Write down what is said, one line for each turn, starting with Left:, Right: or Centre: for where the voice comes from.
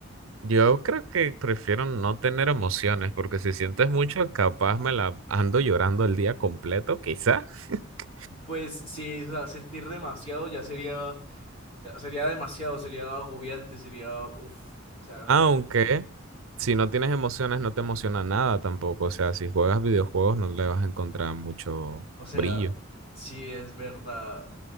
Right: Yo creo que prefiero no tener emociones, porque si sientes mucho, capaz me la ando llorando el día completo, quizá. <laughs>
Left: Pues sí, o sea, sentir demasiado ya sería sea, sería demasiado, sería agobiante, sería, uff, o sea,
Right: Aunque
Left: sería,
Right: si no tienes emociones, no te emociona nada tampoco. O sea, si juegas videojuegos, no le vas a encontrar mucho
Left: o sea,
Right: brillo.
Left: sí es verdad.